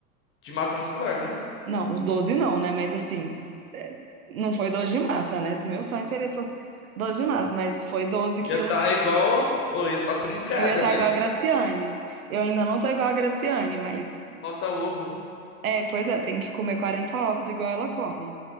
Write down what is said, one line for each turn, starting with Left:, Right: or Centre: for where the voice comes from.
Left: De massa muscular, né?
Right: Não, os 12 não, né? Mas assim, é, não foi 12 de massa, né? Meu sonho seria só 12 de massa, mas foi 12 quilos.
Left: Ia tá igual. Ou ia tá trincada,
Right: Eu ia estar
Left: né?
Right: igual a Graciane. Eu ainda não tô igual a Graciane, mas.
Left: Falta ovo.
Right: É, pois é, tem que comer 40 ovos igual ela come.